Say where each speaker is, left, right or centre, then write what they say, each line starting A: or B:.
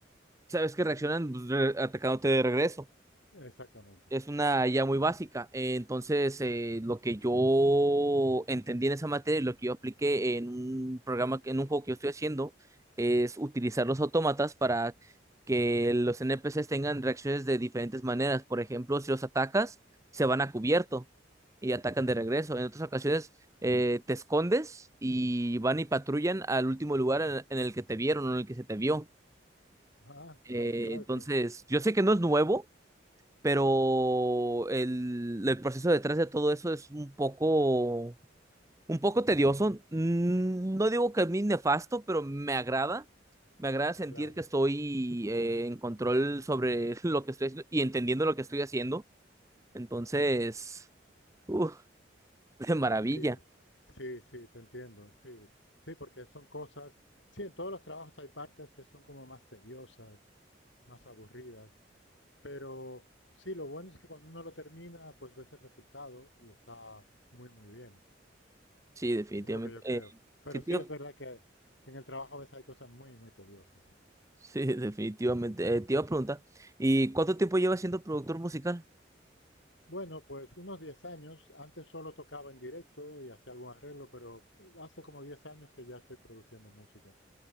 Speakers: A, on the right; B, on the left.
A: sabes que reaccionan pues, re- atacándote de regreso.
B: exactamente.
A: Es una ya muy básica. Eh, Entonces, eh, lo que yo entendí en esa materia y lo que yo apliqué en un programa, que- en un juego que yo estoy haciendo, es utilizar los autómatas para que los NPCs tengan reacciones de diferentes maneras. Por ejemplo, si los atacas, se van a cubierto y atacan de regreso. En otras ocasiones, eh, te escondes y van y patrullan al último lugar en en el que te vieron o en el que se te vio.
B: Ah, claro,
A: Eh,
B: claro
A: entonces,
B: que,
A: yo sé que no es nuevo, pero el, el proceso detrás de todo eso es un poco, un poco tedioso. Mm, No digo que a mí nefasto, pero me agrada. Me agrada sentir
B: claro.
A: que estoy eh, en control sobre <laughs> lo que estoy haciendo y entendiendo lo que estoy haciendo. Entonces, uf, <laughs> de maravilla.
B: Sí, sí, sí, te entiendo. Sí, sí, porque son cosas. Sí, en todos los trabajos hay partes que son como más tediosas, más aburridas. Pero sí, lo bueno es que cuando uno lo termina, pues ves el resultado y está muy, muy bien.
A: Sí, definitivamente.
B: Es lo que yo creo.
A: Eh,
B: Pero
A: ¿qué te
B: sí
A: iba-
B: es verdad que, que en el trabajo a veces hay cosas muy, muy tediosas.
A: Sí, <laughs> definitivamente. Eh, te iba a preguntar, ¿y cuánto tiempo llevas siendo productor musical?
B: Bueno, pues unos 10 años. Antes solo tocaba en directo y hacía algún arreglo, pero hace como 10 años que ya estoy produciendo música,